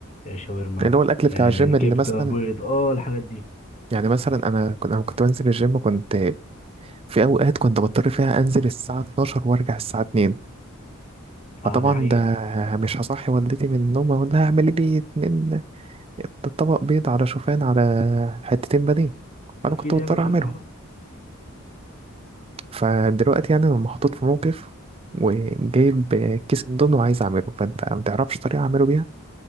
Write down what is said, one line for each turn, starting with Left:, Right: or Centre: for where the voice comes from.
Left: آه، شاورما
Right: اللي هو الاكل بتاع
Left: آه،
Right: الجيم
Left: كبده
Right: اللي مثلا
Left: بيض اه الحاجات دي
Right: يعني مثلا انا كنت انا كنت بنزل الجيم كنت في اوقات كنت بضطر فيها انزل الساعة 12 وارجع الساعة 2 فطبعا
Left: اه دي حقيقه
Right: ده مش هصحي والدتي من النوم اقول لها اعملي لي اتنين طبق بيض على شوفان على حتتين بانيه فانا
Left: اكيد
Right: كنت بضطر
Left: يعني مش
Right: اعملهم
Left: اه
Right: فدلوقتي يعني انا محطوط في موقف وجايب كيس اندومي وعايز اعمله فانت ما تعرفش طريقه اعمله بيها